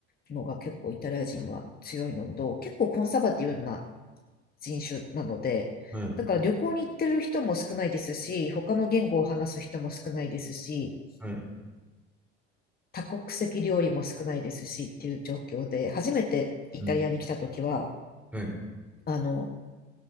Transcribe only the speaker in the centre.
はい、
はい、
うん、はい、